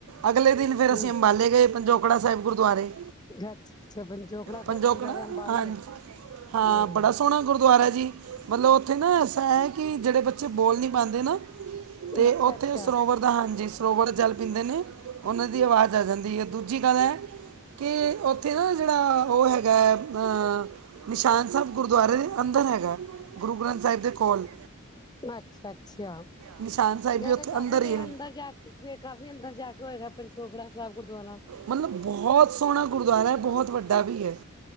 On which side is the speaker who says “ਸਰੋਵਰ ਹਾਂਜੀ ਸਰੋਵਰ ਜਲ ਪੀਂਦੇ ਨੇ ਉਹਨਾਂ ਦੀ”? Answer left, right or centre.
Right